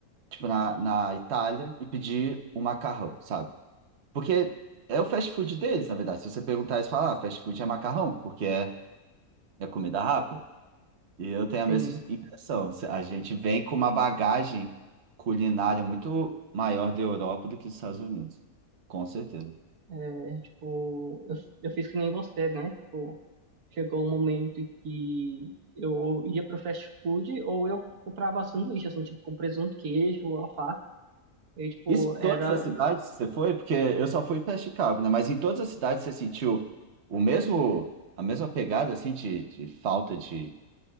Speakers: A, on the right; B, on the right.
A: tipo na, na Itália, e pedir um macarrão, sabe? Porque é o fast food deles, na verdade. Se você perguntar, eles falam, ah, fast food é macarrão, porque é, é comida rápida. E eu tenho a mesma
B: sim.
A: impressão. A gente vem com uma bagagem culinária muito maior da Europa do que dos Estados Unidos. Com certeza.
B: É, tipo, eu, eu fiz que nem você, né? Tipo, chegou um momento que eu ia pro fast food ou eu comprava sanduíche, assim, tipo, com presunto, queijo, alface. E, tipo,
A: Isso em
B: era...
A: todas as cidades que você foi? Porque eu só fui para Chicago, né? Mas em todas as cidades você sentiu o mesmo, a mesma pegada, assim, de, de falta de,